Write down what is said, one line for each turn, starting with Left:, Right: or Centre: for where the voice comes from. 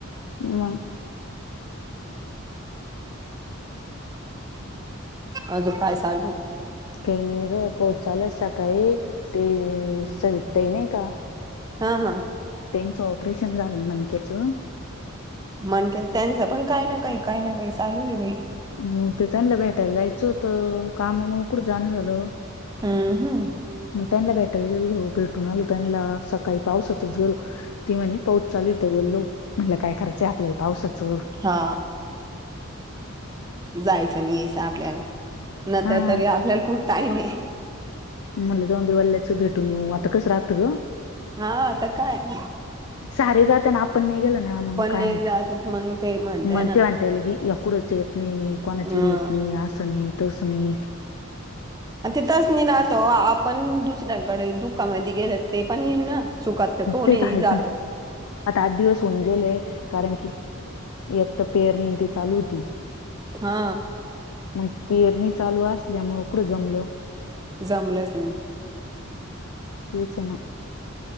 Left: मग. <inaudible> हो <inaudible>
Right: अजून काय सगू.
Left: केणे र पोहचाल सकाळी ते सवितताही नाही का.
Right: हा हा.
Left: त्यांचं ऑपरेशन झालं मनक्याचं.
Right: म्हणके त्यांच पण काय ना काही काय ना काही चालूच आहे बाई
Left: म ते त्यांलं भेटायला जायचं होत कामामु कुठं जाण झालं
Right: हम् हम्
Left: म त्यांना भेटायला गेलो भेटून आलो त्यांला सकाळी पावसातच गेलो ती म्हणे पाऊस चालू इत बोललो म्हणला काय करायचंय आपल्याला पावसाच त
Right: हा जायचं नाही यायचं आपल्याला नंतर
Left: हा
Right: तरी आपल्याला खूठ टाईम आहे
Left: मल जाऊ वल्याच भेटू न आता कस राात ग
Right: हा आता काय ना
Left: सार जातना आपण नाही गेलो ना मग काय
Right: नाही
Left: म्हणते
Right: जातत मग ते म्हणते
Left: मग
Right: ना
Left: ते म्हण तेलग अकडोच घतन कोणा
Right: अ
Left: चीड येेतन आसनी तोसनी
Right: तेथच नाही राहतो आपण दुसऱ्याकडे दुःखामध्ये गेले ते पण येईन ना सुखात तर कोणी
Left: तेच आहेच
Right: जात
Left: आता आठ दिवस होऊन गेले कारण कि एकतर पेरनी ते चालू होती
Right: हा
Left: मग पेरणी चालू असल्यामुळ कुठं जमलं
Right: जमलंच नाही
Left: तेच आहे ना